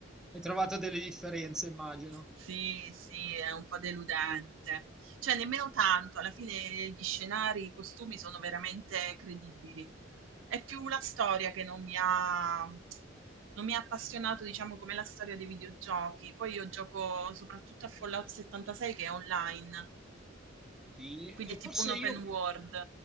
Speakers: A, in the centre; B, on the right.
A: Hai trovato delle differenze, immagino.
B: Sì, sì, è un po' deludente. Cioè, nemmeno tanto, alla fine gli scenari, i costumi sono veramente credibili. È più la storia che non mi ha, non mi ha appassionato, diciamo, come la storia dei videogiochi. Poi io gioco soprattutto a Fallout 76 che è online,
A: Sì,
B: quindi
A: e
B: è
A: forse
B: tipo un open
A: io,
B: world.